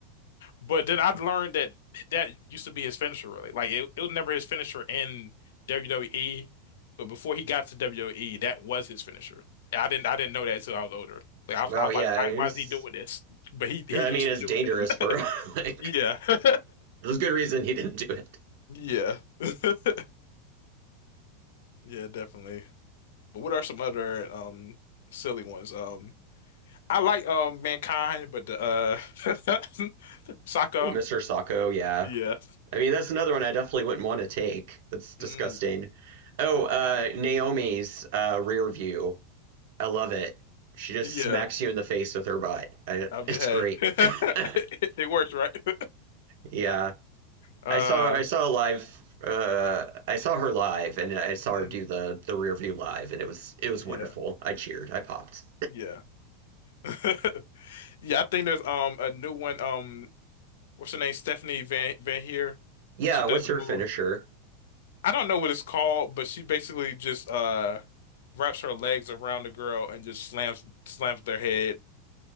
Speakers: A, on the left; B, on the right.
A: But then I learned that that used to be his finisher, really. Like it, it was never his finisher in WWE, but before he got to WWE, that was his finisher. I didn't I didn't know that until I was older. Like
B: <laughs>
A: I was,
B: oh
A: I was
B: yeah,
A: like, why
B: he
A: why
B: was.
A: is he doing this? But he he
B: I
A: used
B: mean, it's
A: to do
B: dangerous,
A: it.
B: bro.
A: <laughs>
B: <laughs> like,
A: Yeah. <laughs>
B: there's good reason he didn't do it.
A: Yeah. <laughs> Yeah, definitely. But what are some other um silly ones? Um I like um Mankind, but the uh <laughs> Saka
B: Mr. Sacco, yeah.
A: Yeah.
B: I mean, that's another one I definitely wouldn't want to take. That's disgusting.
A: Mm.
B: Oh, uh, Naomi's uh, rear view I love it. She just
A: Yeah.
B: smacks you in the face with her butt. I,
A: I mean,
B: it's
A: hey,
B: great.
A: <laughs> it
B: <laughs>
A: it works, right? <laughs>
B: yeah,
A: Uh,
B: I saw I saw a live. Uh, I saw her live, and I saw
A: mm.
B: her do the the rear view live, and it was it was
A: Yeah.
B: wonderful. I cheered. I popped.
A: Yeah. <laughs> Yeah. I think there's um a new one. Um, what's her name? Stephanie Van Van Heer.
B: Yeah,
A: She
B: what's
A: does the
B: her
A: move.
B: finisher?
A: I don't know what it's called, but she basically just uh wraps her legs around the girl and just slams slams their head